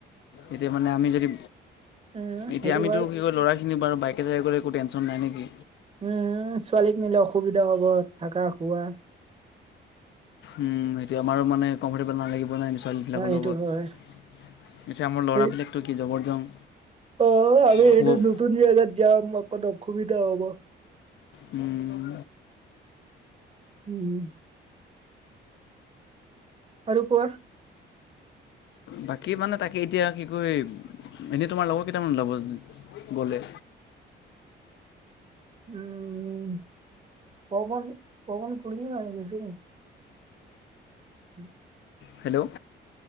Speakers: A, on the left; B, on the right.
A: এতিয়া মানে আমি যদি
B: উম,
A: এতিয়া
B: সেইটো
A: আমিতো
B: হয়।
A: কি কয় ল'ৰাখিনি বাৰু বাইকে চাইকে গ'লে একো টেন চন নাই নেকি?
B: উম, ছোৱালীক নিলে অসুবিধা হ'ব থাকা, খোৱা।
A: উম, সেইটো আমাৰো মানে কম্ফৰটেবল নালাগিব না কি ছোৱালীবিলাকৰ
B: অ' সেইটো
A: লগত।
B: হয়।
A: এতিয়া আমাৰ ল'ৰাবিলাকটো
B: সেই
A: কি জবৰ জং।
B: অ', আমি
A: শুব
B: এইটো নতুন জেগাত যাম অকণ অসুবিধা হ'ব।
A: উম।
B: উম। আৰু কোৱা।
A: বাকী মানে তাকে এতিয়া কি কয় এনে তোমাৰ লগৰ কেইটামান ওলাব গ'লে?
B: উম, পবন, পবন কুলি আৰু বেছিম উম।
A: হেল্ল'।